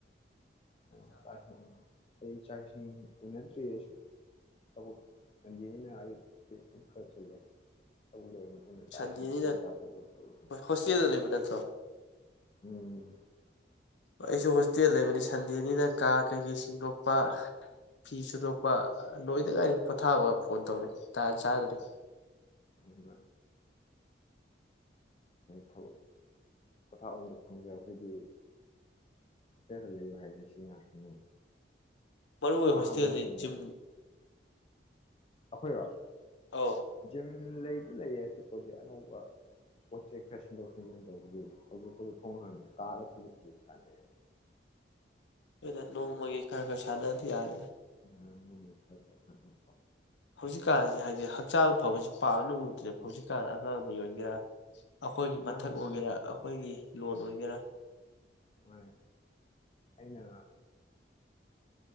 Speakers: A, on the left; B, on the left.
A: ꯎ ꯇꯥꯏ ꯑꯩ ꯆꯥꯛ ꯏꯁꯤꯡ ꯎꯅꯗ꯭ꯔꯤ ꯑꯩꯁꯨ ꯊꯕꯛ ꯁꯟꯗꯦꯅꯤꯅ ꯑꯌꯨꯛꯀꯤ ꯊꯕꯛ ꯈꯔ ꯆꯤꯜꯂꯦ ꯊꯕꯛ ꯂꯣꯏꯔꯝꯕꯅꯤ ꯆꯥꯛ
B: ꯁꯟꯗꯦꯅꯤꯅ
A: ꯏꯁꯤꯡ ꯐꯖꯅ ꯆꯥꯊꯣꯛꯑꯒ ꯇꯧ
B: ꯍꯣꯁꯇꯦꯜꯗ ꯂꯩꯕ ꯅꯠꯇ꯭ꯔꯣ
A: ꯎꯝ
B: ꯑꯩꯁꯨ ꯍꯣꯁꯇꯦꯜ ꯂꯩꯕꯅꯤ ꯁꯟꯗꯦꯅꯤꯅ ꯀꯥ ꯀꯩꯀꯩ ꯁꯦꯡꯗꯣꯛꯄ ꯐꯤ ꯁꯨꯗꯣꯛꯄ ꯅꯣꯏꯗ ꯉꯥꯏꯔꯤ ꯄꯣꯊꯥꯕꯒ ꯐꯣꯟ ꯇꯧꯅꯤ ꯇꯥ ꯆꯥꯗꯅꯤ
A: ꯑꯗꯨꯃ ꯊꯕꯛ ꯄꯣꯊꯥꯕ ꯑꯝꯗ ꯐꯪꯗꯦ ꯑꯩꯈꯣꯏꯗꯤ ꯍꯣꯇꯦꯜꯗ ꯂꯩꯕ ꯍꯥꯏꯁꯦ ꯁꯤ ꯉꯥꯛꯇꯅꯤ
B: ꯃꯔꯔꯨ ꯑꯣꯏ
A: ꯑꯍꯥꯡꯕ
B: ꯍꯣꯁꯇꯤꯗꯤ
A: ꯃꯇꯝꯗ
B: ꯆꯖꯤ <unintelligible>
A: ꯑꯩꯈꯣꯏꯔꯣ <unintelligible>
B: ꯑꯧ
A: ꯎꯝ ꯂꯩꯗꯤ ꯂꯩꯌꯦ ꯑꯁꯤ ꯄꯣꯠꯁꯤ ꯑꯅꯧꯕ ꯄꯣꯠ ꯆꯩꯩ ꯈꯔ ꯁꯤꯟꯗꯣꯛ ꯁꯦꯝꯖꯤꯟ ꯇꯧꯕꯒꯤ ꯍꯧꯖꯤꯛꯄꯥꯎꯗꯤ ꯐꯣꯡꯈ꯭ꯔꯅꯤ ꯀꯥꯗ ꯈꯖꯤꯛ ꯈꯖꯤꯛ ꯁꯥꯟꯅꯩꯑ
B: ꯑꯩꯈꯣꯏꯩꯅ ꯅꯣꯡꯃꯒꯤ ꯈꯔ ꯈꯔ ꯁꯥꯗꯅ ꯌꯥꯔꯦ
A: ꯃ ꯈꯄ <unintelligible>
B: ꯍꯧꯖꯤꯛꯀꯥꯟꯁꯤ ꯍꯥꯏꯗꯤ ꯍꯛꯆꯥꯡ ꯐꯕꯁꯤ ꯄꯥꯡꯅ ꯎꯗ꯭ꯔꯦꯕ ꯍꯧꯖꯤꯛꯀꯥꯟꯗ ꯑꯉꯥꯡꯕ ꯑꯣꯏꯒꯦꯔꯥ ꯑꯩꯈꯣꯏꯒꯤ ꯃꯊꯛ
A: ꯃꯥꯅꯦ
B: ꯑꯣꯏꯒꯦꯔꯥ
A: ꯃꯥꯅꯦ
B: ꯑꯩꯈꯣꯏꯒꯤ ꯂꯣꯗ ꯑꯣꯏꯒꯦꯔ
A: ꯃꯅꯦ ꯑꯩꯅ